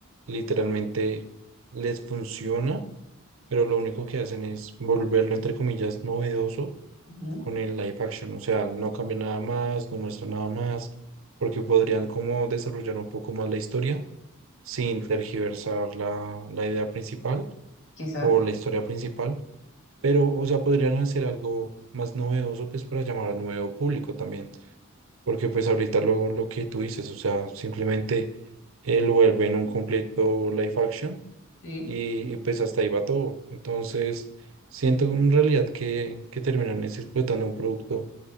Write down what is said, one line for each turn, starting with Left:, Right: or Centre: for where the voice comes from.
Right: literalmente les funciona, pero lo único que hacen es volverlo, entre comillas, novedoso
Left: Ujú,
Right: con el live action, o sea, no cambia nada más, no muestra nada más, porque podrían como desarrollar un poco más la historia sin tergiversar la, la idea principal
Left: Quizás,
Right: o la historia principal pero, o sea, podrían hacer algo más novedoso, pues, para llamar a nuevo público también. Porque, pues, ahorita lo, lo que tú dices, o sea, simplemente eh, lo vuelven un completo live action
Left: sí.
Right: y, y, pues, hasta ahí va todo. Entonces, siento en realidad que, que terminan es explotando un producto